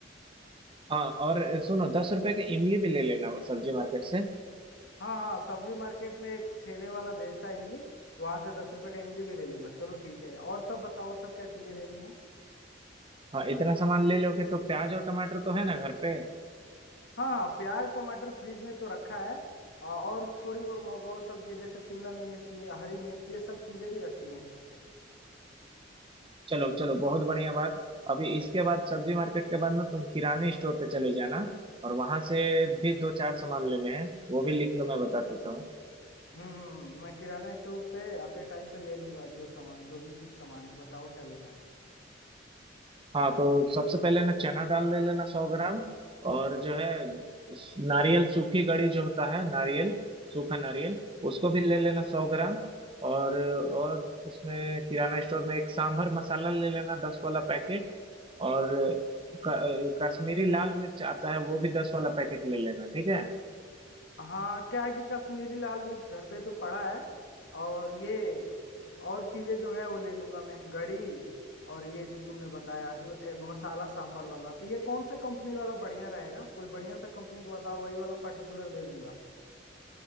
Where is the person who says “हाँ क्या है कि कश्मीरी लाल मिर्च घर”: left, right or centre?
Left